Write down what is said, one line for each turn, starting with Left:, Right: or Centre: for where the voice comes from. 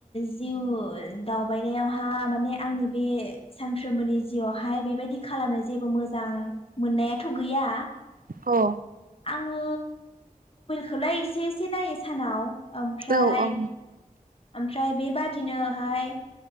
Left: जिउ दावबायनायावहा माने आंनि बे सानफ्रोमबोनि जिउआवहाय बेबायदि खालामनो जेबो मोजां मोननायाथ' गैया।
Right: अ
Left: आङो खौलाय एसे एसे नायो सानाव। आमफ्राय
Right: औ औ
Left: आमफ्राय बेबादिनोहाय